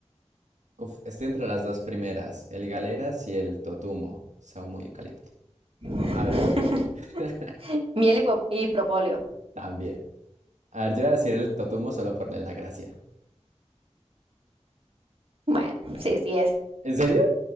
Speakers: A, on the right; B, on the right.
A: Uf, estoy entre las dos primeras, el galeras y el totumo, saumo y eucalipto.
B: <laughs>
A: A ver, <laughs>
B: Miel y, po- y propóleo.
A: también. A ver, yo voy a decir el totumo solo por la gracia.
B: Bueno, sí, sí es.
A: ¿En serio?